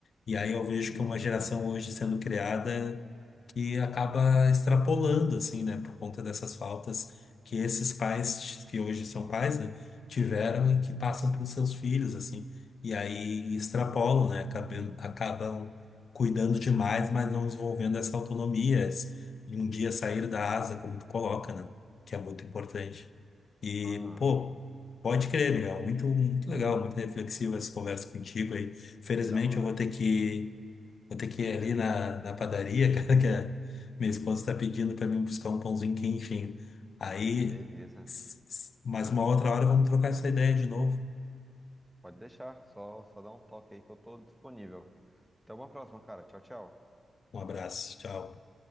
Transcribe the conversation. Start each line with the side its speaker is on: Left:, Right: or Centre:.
Left: E aí eu vejo que uma geração hoje sendo criada que acaba extrapolando, assim, né, por conta dessas faltas que esses pais, que hoje são pais, né, tiveram e que passam para os seus filhos, assim, e aí extrapolam, né, acabam, acabam cuidando demais, mas não desenvolvendo essa autonomia, esse- de um dia sair da asa, como tu coloca, né, que é muito importante. E,
Centre: Ah,
Left: pô, pode crer, Miguel, muito, muito legal, muito reflexiva essa conversa contigo aí. Felizmente
Centre: foi da hora.
Left: eu vou ter que Vou ter que ir ali na, na padaria, <laughs> cara, que a minha esposa está pedindo para mim buscar um pãozinho quentinho. Aí,
Centre: Beleza.
Left: s- s- mais uma outra hora, vamos trocar essa ideia de novo.
Centre: Pode deixar. Só, só dá um toque aí que eu tô disponível. Até uma próxima, cara. Tchau, tchau.
Left: Um abraço, tchau.